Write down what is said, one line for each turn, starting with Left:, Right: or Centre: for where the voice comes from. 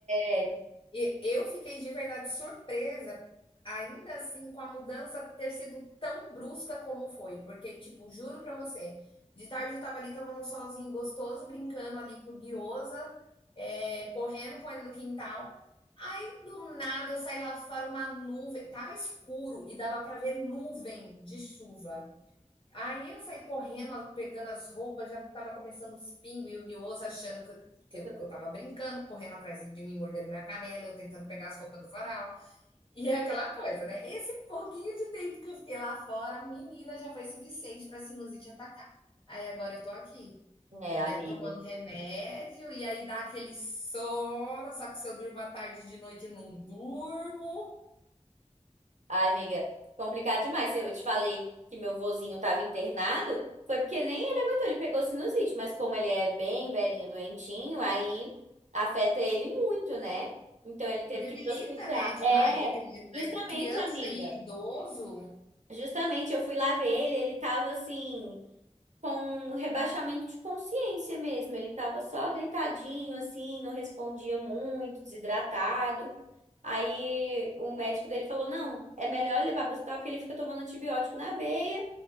Right: é...
Left: E eu fiquei de verdade surpresa, ainda assim, com a mudança ter sido tão brusca como foi, porque, tipo, juro pra você, de tarde eu tava ali tomando um solzinho gostoso, brincando ali com o guiosa, eh, correndo com ele no quintal. Aí, do nada, eu saí lá fora, uma nuvem, tava escuro e dava pra ver nuvem de chuva. Aí eu saí correndo, pegando as roupas, já estava começando os pingos e o guioso achando que eu, que,
Right: <laughs>
Left: eu, que eu tava brincando, correndo atrás de mim, mordendo minha canela, eu tentando pegar as roupas do farol. E é aquela coisa, né? Esse um pouquinho de tempo que eu fiquei lá fora, a menina já foi suficiente pra sinusite atacar. Aí agora eu tô aqui,
Right: é, amiga.
Left: né, tomando remédio, e aí dá aquele sono, só que se eu durmo à tarde de noite eu não durmo.
Right: Ai, amiga, complicado demais. Eu te falei que meu vozinho estava internado, foi porque nem ele aguentou, ele pegou sinusite, mas como ele é bem velhinho, doentinho, aí afeta ele muito, né? Então ele teve
Left: Debilita,
Right: que ir pro hospital.
Left: né, demais,
Right: É,
Left: dependendo da
Right: justamente,
Left: idade. Criança
Right: amiga.
Left: e idoso
Right: Justamente, eu fui lá ver ele, ele tava assim, com um rebaixamento de consciência mesmo. Ele tava só deitadinho, assim, não respondia muito, desidratado. Aí o médico dele falou: não, é melhor levar para o hospital que ele fica tomando antibiótico na veia.